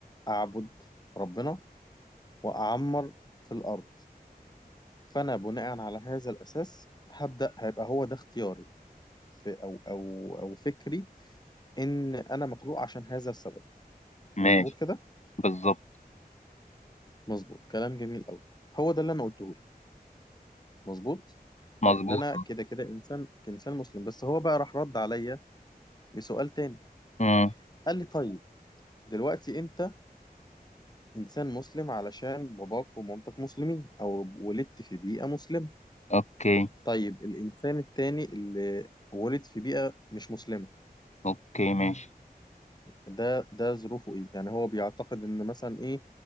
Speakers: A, on the left; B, on the left.
A: أعبد ربنا وأعمر في الأرض فأنا بناء على هذا الأساس هبدأ هيبقى هو ده اختياري في أو أو أو فكري إن أنا مخلوق عشان هذا السبب مظبوط
B: ماشي
A: كده
B: بالظبط
A: مظبوط كلام جميل أوي هو ده اللي أنا قلته مظبوط
B: مظبوط
A: لان انا كده كده انسان كإنسان مسلم بس هو بقى راح رد عليا بسؤال تاني
B: امم
A: قال لي طيب دلوقتي انت انسان مسلم علشان باباك ومامتك مسلمين او ولدت في بيئة مسلمة
B: اوكي
A: طيب الانسان التاني اللي ولد في بيئة مش مسلمة
B: اوكي ماشي
A: ده ده ظروفه ايه يعني هو بيعتقد ان مثلا ايه